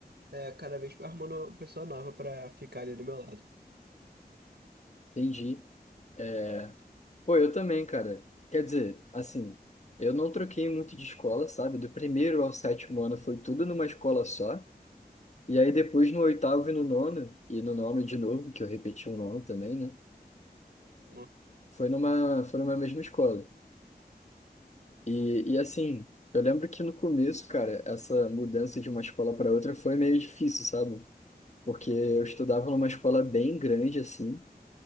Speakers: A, on the right (about 85°); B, on the left (about 45°).
A: É, cada vez vai arrumando uma pessoa nova pra ficar ali do meu lado.
B: Entendi. É, Pô, eu também, cara. Quer dizer, assim, eu não troquei muito de escola, sabe? Do primeiro ao sétimo ano foi tudo numa escola só. E aí depois no oitavo e no nono, e no nono de novo, que eu repeti o nono também, né?
A: Uma
B: Foi numa, foi numa mesma escola. E, e assim, eu lembro que no começo, cara, essa mudança de uma escola para outra foi meio difícil, sabe? porque eu estudava numa escola bem grande, assim,